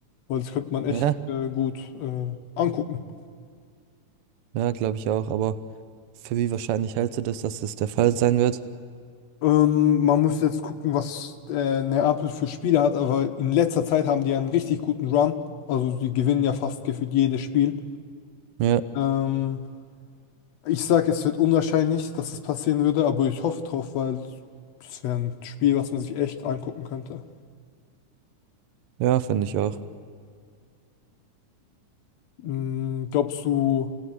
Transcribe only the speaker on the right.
Ja.
Ja, glaube ich auch, aber für wie wahrscheinlich hältst du das, dass das der Fall sein wird?
Ja,
ja, finde ich auch.